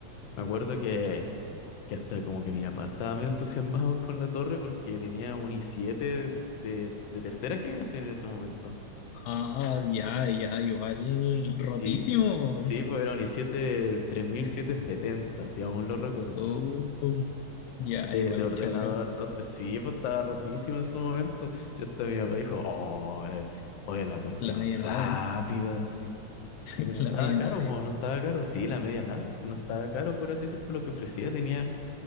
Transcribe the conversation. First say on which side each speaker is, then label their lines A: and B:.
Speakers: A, on the left; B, on the left.
A: Me acuerdo que que hasta como que mi papá estaba medio <laughs> entusiasmado con la torre porque tenía un i7 de, de tercera generación en ese momento.
B: Ah, ya, ya, igual
A: Sí,
B: rotísimo.
A: sí, pues era un i7 3770, si aún lo recuerdo,
B: Oh, ya,
A: de,
B: igual
A: de ordenador.
B: choro.
A: Entonces sí, pues estaba rotísimo en su momento. Y hasta mi papá dijo, oh, eh, oye, la cuestión
B: La media nave.
A: rápida, sí.
B: <laughs>
A: Porque no
B: La
A: estaba
B: media
A: caro,
B: nave.
A: pues no estaba caro. Sí, la media nave no estaba caro, por así decir, por lo que ofrecía. Tenía